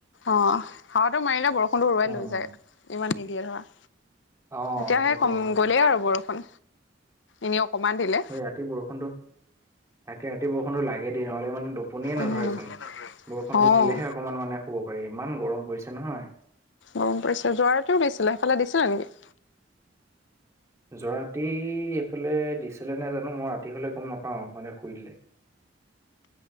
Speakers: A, on the left; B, on the right.
A: অ'। হাৱাটো মাৰিলে বৰষুণটো উৰুৱাই
B: উম
A: লৈ যায়। ইমান নিদিয়ে ধৰা।
B: অ
A: এতিয়াহে
B: সেইটোৱে
A: কম
B: সেইটোৱে
A: গ'লেই আৰু বৰষুণ। এনে অকমান দিলে।
B: সেই ৰাতি বৰষুণটো, তাকে ৰাতি বৰষুণটো লাগে দেই নহ'লে মানে টুপ। পনিয়ে নধৰেচোন।
A: উম,
B: বৰষুণটো
A: অ'।
B: দিলেহে অকণমান মানে শুব পাৰি ইমান গৰম পৰিছে নহয়।
A: গৰম পৰিছে যোৱা ৰাতিও দিছিলে, সেইফালে দিছিলে নেকি?
B: যোৱাৰাতি এইফালে দিছিলে নাই জানো মই ৰাতি হ'লে গম নাপাওঁ, মানে শুই দিলে।